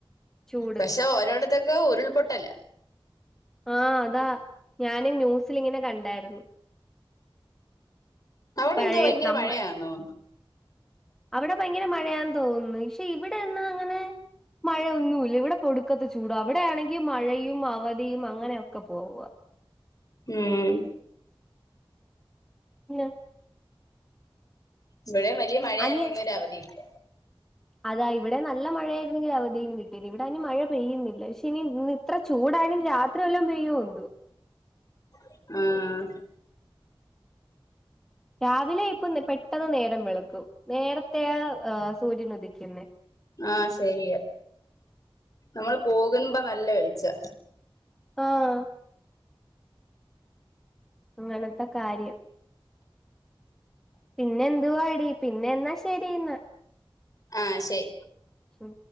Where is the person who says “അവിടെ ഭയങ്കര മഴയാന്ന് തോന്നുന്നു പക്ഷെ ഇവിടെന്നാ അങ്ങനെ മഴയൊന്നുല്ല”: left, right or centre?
Centre